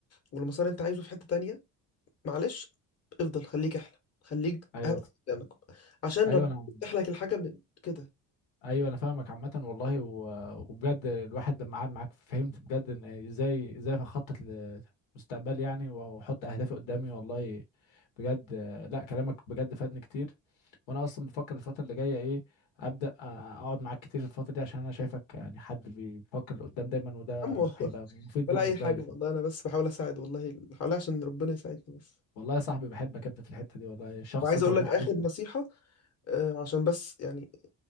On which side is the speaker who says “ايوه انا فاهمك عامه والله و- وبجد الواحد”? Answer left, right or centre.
Left